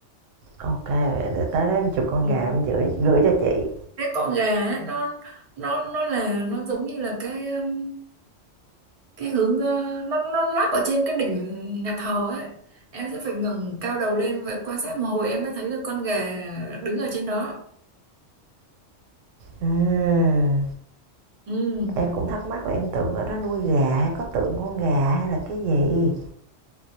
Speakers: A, on the right (about 80°); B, on the right (about 60°).
A: ok để tới đó em chụp con
B: thấy.
A: gà em gửi gửi cho chị
B: cái con gà ấy, nó nó nó là nó giống như là cái um, cái hướng ờ, nó nó lắp ở trên cái đỉnh nhà thờ ấy em sẽ phải ngẩng cao đầu lên và quan sát một hồi em mới thấy được con gà đứng ở trên đó
A: Ừm,
B: ừ.
A: em cũng thắc mắc là em tưởng ở đó nuôi gà hay có tượng con gà hay là cái gì